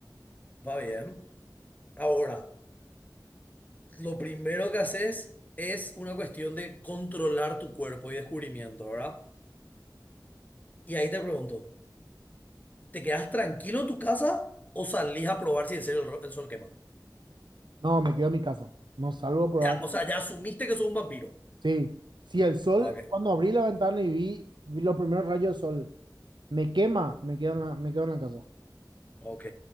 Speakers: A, on the left (about 20°); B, on the right (about 90°).
A: va bien. Ahora, lo primero que haces es una cuestión de controlar tu cuerpo y descubrimiento, ¿verdad? Y ahí te pregunto, ¿te quedas tranquilo en tu casa o salís a probar si en serio el, ro- el sol quema?
B: No, me quedo en mi casa. No salgo a probar.
A: Ya, o sea, ya asumiste que sos un vampiro.
B: Sí, si el sol,
A: Ok,
B: cuando abrí la ventana y vi, vi los primeros rayos de sol, me quema, me quedo en la, me quedo en la casa.
A: ok.